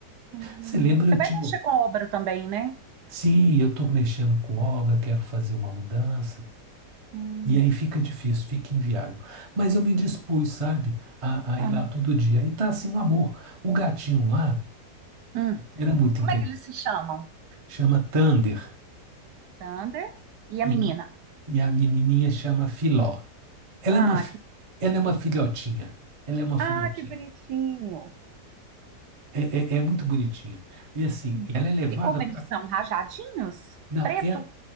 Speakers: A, on the right; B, on the right.
A: Hum.
B: Você lembra,
A: Você
B: eu
A: vai
B: tinha.
A: mexer com obra também, né?
B: Sim, eu estou mexendo com obra, quero fazer uma mudança.
A: Hum.
B: E aí fica difícil, fica inviável. Mas eu me dispus, sabe, a, a
A: ah,
B: ir lá todo dia. E tá assim um amor. O gatinho lá
A: hum.
B: era muito
A: Como
B: interessante.
A: é que eles se chamam?
B: chama Thunder
A: Thunder e a
B: e
A: menina.
B: a, e a menininha chama Filó. Ela
A: Ah,
B: é uma, fi-
A: que,
B: ela é uma filhotinha. Ela é uma
A: ah,
B: filhotinha.
A: que bonitinho.
B: É, é, é muito bonitinha. E assim,
A: Hum.
B: ela é levada
A: E como
B: para.
A: eles são rajadinhos?
B: Não,
A: Preto.
B: é,